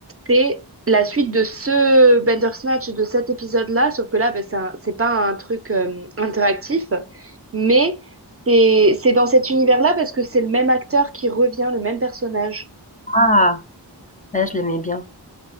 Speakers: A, on the right; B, on the left.
A: c'est la suite de ce Bandersnatch de cet épisode-là. Sauf que là, ben, c'est un- c'est pas un truc euh, interactif, mais c'est c'est dans cet univers-là parce que c'est le même acteur qui revient, le même personnage.
B: Ah, là, je l'aimais bien.